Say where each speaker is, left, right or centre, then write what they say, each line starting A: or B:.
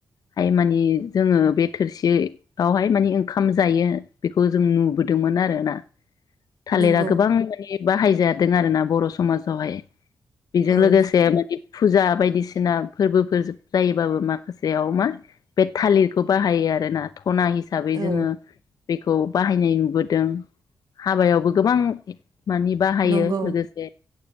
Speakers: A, on the left; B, on the right.
A: हाय मानि जोङो बे थोरसियावहाय माने ओंखाम जायो बेखौ जों नुबोदोंमोन आरोना। थालिरा
B: नंगौ
A: गोबां माने बाहायजादों आरो ना बर समाजावहाय बेजों
B: औ
A: लोगोसे माने फुजा बायदिसिना फोर्बोफोर जायोबाबो माखासे याव मा बे थालिरखौ बाहायो आरोना। थना हिसाबै
B: औ
A: जोङो बेखौ बाहायनाय नुबोदों हाबायावबो गोबां मानि बाहायो
B: नंगौ
A: लोगोसे